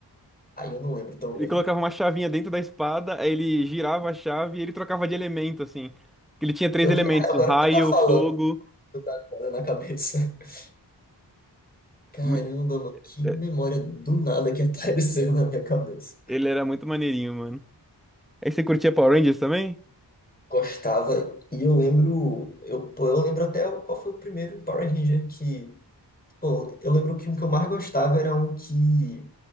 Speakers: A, on the left; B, in the centre.
A: eu não lembro tão
B: Ele
A: bem.
B: colocava uma chavinha dentro da espada, aí ele girava a chave e ele trocava de elemento, assim. Que Ele tinha três
A: Pior
B: elementos,
A: que na real, agora
B: raio,
A: que tu tá falando,
B: fogo.
A: tu tá ligado na cabeça. <laughs> Caramba,
B: mu-
A: mano, que
B: é,
A: memória do nada que apareceu na minha cabeça.
B: Ele era muito maneirinho, mano. Aí você curtia Power Rangers também?
A: Gostava, e eu lembro, eu, pô, eu lembro até qual foi o primeiro Power Ranger que, pô, eu lembro que um que eu mais gostava era um que,